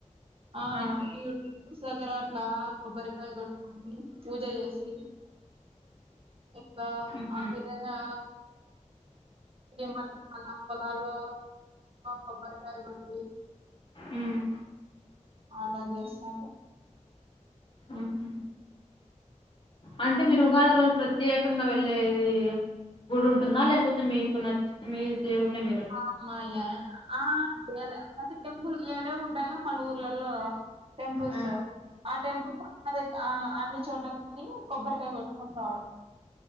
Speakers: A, on the right (about 45°); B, on the left (about 40°).
A: <unintelligible>
B: ఆ
A: దగ్గర అట్లా కొబ్బరికాయ కొట్టుకని పూజ చేసి ఇంకా
B: ఉహు
A: ఆ విదనా ఇగా <unintelligible> పొలాల్లో కొబ్బరికాయ కొట్టి
B: ఉమ్మ్
A: అలా చేస్తాను
B: ఉహు అంటే మీరు ఉగాది రోజు ప్రత్యేకంగా వెళ్ళేది గుడి ఉంటుందా లేకపోతే లేకపోతే మీకు <unintelligible> మి దేవున్నే మీరు
A: అమ్మాయ ఆ అతే టెంపుల్ ఏవే ఉంటాయో మన ఊర్లలో టెంపుల్స్
B: ఆ
A: ఆ టైమ్ లో అ అన్ని చోట్ల పోయి కొబ్బరికాయ కొట్టుకుంటాడు